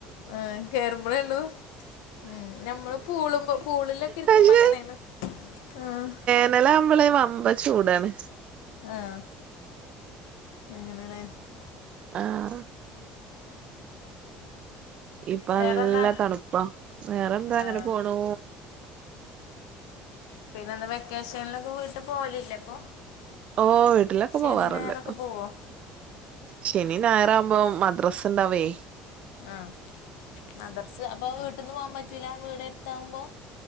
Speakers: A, on the left; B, on the right.
A: ആഹ് കേയറുമ്പയ ഉള്ളൂ ഉം നമ്മള് പൂള്മ്പോ പൂളിലൊക്കെ ഇരിക്കുമ്പോ
B: പക്ഷെ
A: അങ്ങനെയാണ് ആഹ്.
B: ഇന്നലെ ഞമ്മള് വമ്പ ചൂടാണ്.
A: ആഹ് <unintelligible>
B: ആഹ ഇപ്പ
A: വേറെന്താ
B: നല്ല തണുപ്പാ വേറെന്താ അങ്ങനെ
A: ആഹ്
B: പോണൂ.
A: പിന്നെ എന്താ വെക്കേഷനിലൊക്കെ വീട്ട് പോകലില്ലെ അപ്പൊ.
B: ഓ വീട്ടിലൊക്കെ
A: ശനി
B: പോവാറുണ്ട്.
A: ഞായറൊക്കെ പോവോ
B: ശനിയും ഞായറാകുമ്പോ മദ്രസ ഉണ്ടാവേ.
A: ആഹ മദർസ് അപ്പൊ വീട്ടിൽന്ന് പോകാൻ പറ്റൂല വീട് അടുത്താവുമ്പോ